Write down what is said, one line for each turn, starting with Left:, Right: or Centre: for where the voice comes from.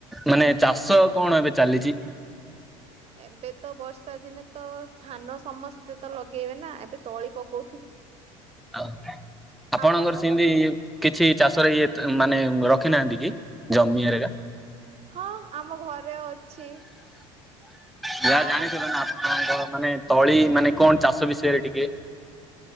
Centre: ମାନେ ଚାଷ କଣ ଏବେ ଚାଲିଚି?
Right: ଏବେ ତ ବର୍ଷା ଦିନେ ତ ଧାନ ସମସ୍ତେ ତ ଲଗେଇବେ ନା ଏବେ ତଳି ପକଉ
Centre: ଆଉ ଆପଣଙ୍କର
Right: ଆପଣଙ୍କ
Centre: ସେଇତି
Right: ପଟେ
Centre: କିଛି ଚାଷରେ ଇଏ ମାନେ ରଖିନାହାନ୍ତି କି ଜମି ହେରେକା।
Right: ହଁ ଆମ ଘରେ ଅଛି।
Centre: ଯାହା
Right: ଆ
Centre: ଜାଣିଛ ନହେଲେ କଣ କଣ ମାନେ ତଳି ମାନେ କଣ ଚାଷ ବିଷୟରେ ଟିକେ